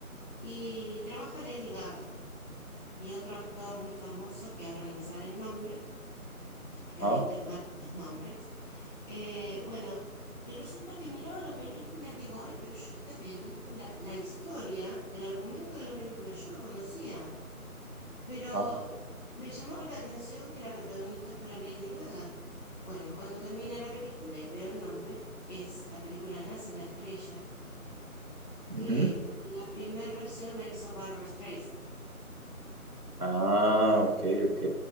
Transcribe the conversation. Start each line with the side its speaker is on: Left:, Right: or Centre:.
Left: Y trabaja Lady Gaga y otro actor muy famoso, que ahora no me sale el nombre, que
Right: Ah,
Left: hoy estoy mal con los nombres. Eh, bueno, y resulta que miraba la película y digo, ay, pero yo esta película, la historia, el argumento de la película, yo lo conocía. Pero
Right: ah,
Left: me llamaba la atención que la protagonista fuera Lady Gaga. Bueno, cuando termina la película y veo el nombre, es la película Nace una estrella,
Right: ujú.
Left: que la primera versión la hizo Barbra Streisand.
Right: Ah, ok, ok.